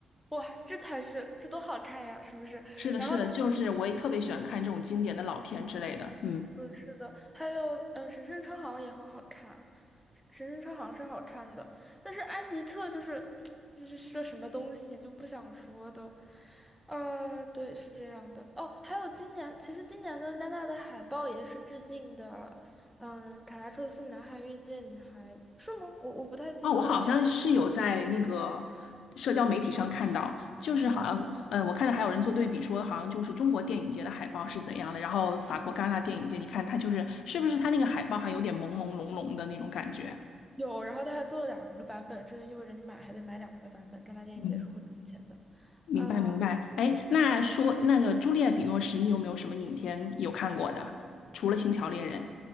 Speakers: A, in the centre; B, on the left.
A: 哇，这才是这多好看呀，是不是？
B: 是的，
A: 然后。
B: 是的，就是我也特别喜欢看这种经典的老片之类的。嗯，
A: 是的，还有，嗯、神圣车好像也很好看，神神圣车好像是好看的，但是安妮特就是，<tsk> 就是是个什么东西就不想说的，呃，对，是这样的。哦，还有今年，其实今年的戛纳的海报也是致敬的，嗯，卡拉克斯男孩遇见女孩是吗？我我不太记得了，
B: 哦，我好像是有在那个社交媒体上看到，就是好像，
A: <laughs> 想
B: 嗯，我看到还有人做对比说，好像就是中国电影节的海报是怎样的，然后法国戛纳电影节，你看它就是是不是它那个海报还有点朦朦胧胧的那种感觉？
A: 有，然后他还做了两个版本，这就意味着你买还得买两个版本，戛纳电影节是会赚钱的。
B: 嗯明白明白。
A: 呃，
B: 哎，那说那个朱丽叶·比诺什，你有没有什么影片有看过的？除了《星桥恋人》，